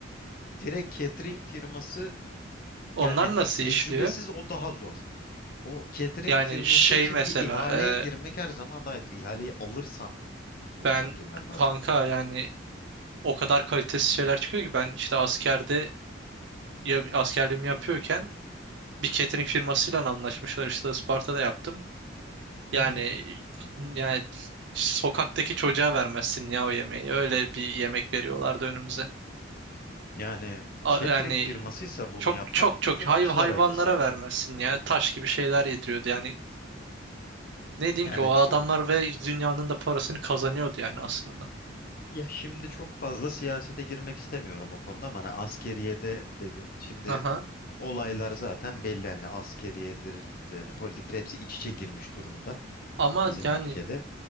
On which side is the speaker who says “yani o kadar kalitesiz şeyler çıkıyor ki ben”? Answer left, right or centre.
Right